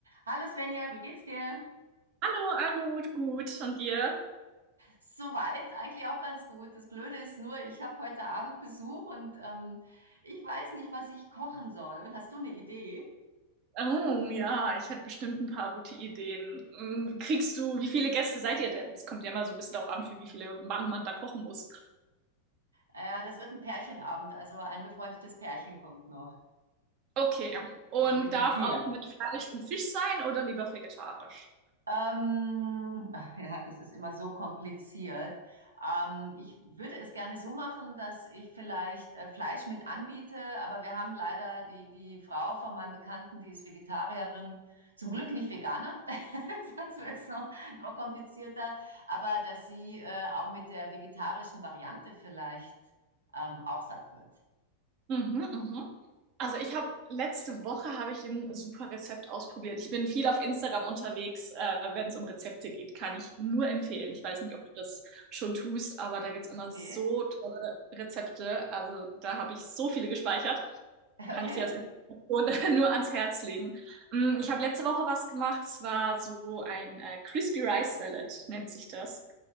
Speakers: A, on the right; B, on the right.
A: Hallo Svenja, wie geht's dir?
B: Hallo, Almut, gut. Und dir?
A: Soweit eigentlich auch ganz gut. Das Blöde ist nur, ich habe heute Abend Besuch und ähm, ich weiß nicht, was ich kochen soll. Hast du eine Idee?
B: Oh, ja, ich hätte bestimmt ein paar gute Ideen. Mm, Kriegst du, wie viele Gäste seid ihr denn? Es kommt ja immer so ein bisschen darauf an, für wie viele Mann man da kochen muss.
A: Äh, das wird ein Pärchenabend, also ein befreundetes Pärchen kommt noch.
B: Okay, und
A: Also wir sind
B: darf
A: vier.
B: auch mit Fleisch und Fisch sein oder lieber vegetarisch?
A: Ähm, ja, das ist immer so kompliziert. Ähm, ich würde es gerne so machen, dass ich vielleicht äh, Fleisch mit anbiete, aber wir haben leider die, die Frau von meinem Bekannten, die ist Vegetarierin, zum Glück nicht Veganer, <laughs> sonst wird es noch, noch komplizierter, aber dass sie äh, auch mit der vegetarischen Variante vielleicht ähm, auch satt wird.
B: Mhm, mhm. Also ich habe letzte Woche habe ich ein super Rezept ausprobiert. Ich bin viel auf Instagram unterwegs, äh, wenn es um Rezepte geht, kann ich nur empfehlen. Ich weiß nicht, ob du das schon tust, aber da gibt's immer
A: Okay.
B: so tolle Rezepte. Also da habe ich so viele gespeichert. Kann
A: Okay.
B: ich dir als Inspiration <laughs> nur ans Herz legen. Mm, Ich habe letzte Woche was gemacht. Es war so ein äh, Crispy Rice Salad, nennt sich das.